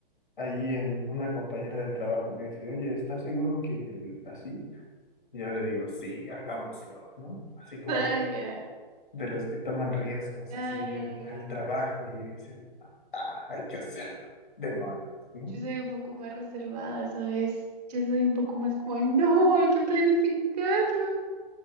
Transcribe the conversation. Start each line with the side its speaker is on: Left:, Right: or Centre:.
Left: allí en una compañera del trabajo me dice, oye, ¿estás seguro que así? Y yo le digo, sí, hagámoslo, ¿no? Así como
Right: Ah
Left: de,
Right: ya,
Left: de los que toman riesgos,
Right: ya,
Left: así
Right: ya,
Left: en
Right: ya.
Left: el trabajo y dicen, ah, hay que hacerlo, demonios, ¿no?
Right: Yo soy un poco más reservada, ¿sabes? Yo soy un poco más como, no, hay que planificarlo.